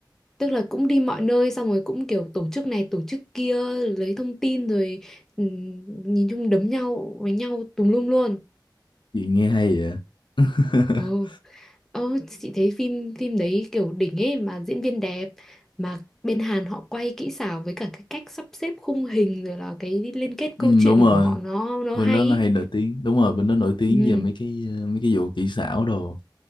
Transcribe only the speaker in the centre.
tức là cũng đi mọi nơi xong rồi cũng kiểu tổ chức này tổ chức kia lấy thông tin rồi ừm, nhìn chung đấm nhau với nhau tùm lum luôn
ờ Ờ, chị thấy phim phim đấy kiểu đỉnh ấy mà diễn viên đẹp mà bên Hàn họ quay kỹ xảo với cả cái cách sắp xếp khung hình rồi là cái liên kết
câu chuyện
của họ nó nó
hay
ý.
Ừ